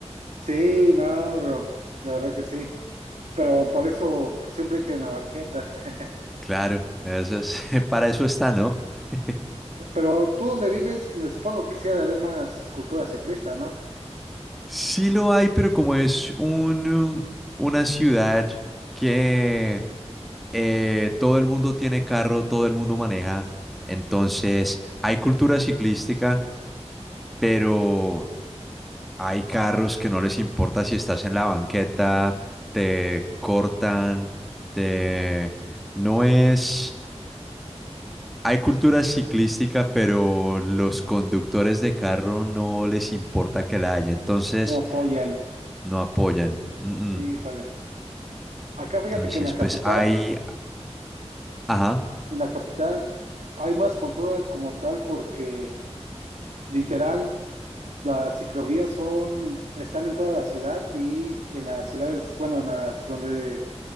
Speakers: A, on the right; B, in the centre.
A: Sí, no, bro, la verdad que sí. pero por eso pues, siempre hay que en la banqueta. <laughs>
B: Claro, eso es, <laughs> para eso está, ¿no? <laughs>
A: Pero tú donde vives, me supongo que sí ha de haber más cultura ciclista, ¿no?
B: Sí lo hay, pero como es un, um, una ciudad que eh, todo el mundo tiene carro, todo el mundo maneja, entonces hay cultura ciclística, pero Hay carros que no les importa si estás en la banqueta, te cortan, te... No es... Hay cultura ciclística, pero los conductores de carro no les importa que la haya, entonces
A: No apoyan.
B: no apoyan. Mm, mm.
A: Híjole. Acá fíjate
B: Entonces,
A: que en la capital,
B: pues hay... Ajá,
A: en la capital hay más cultura como tal porque literal las ciclovías son, están en toda la ciudad y en las ciudades, bueno, en las donde